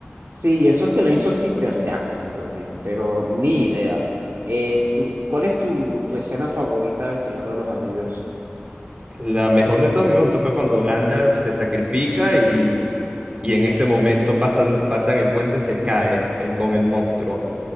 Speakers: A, on the right; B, on the right.
A: Sí, y eso que le hizo Peter Jackson también, pero ni idea. Eh, tú- ¿cuál es tu, tu escena favorita del Señor de los Anillos?
B: La mejor de todas a mí me gustó fue cuando Gandalf se sacrifica y, y en ese momento pasan, pasan el puente, se cae él con el monstruo.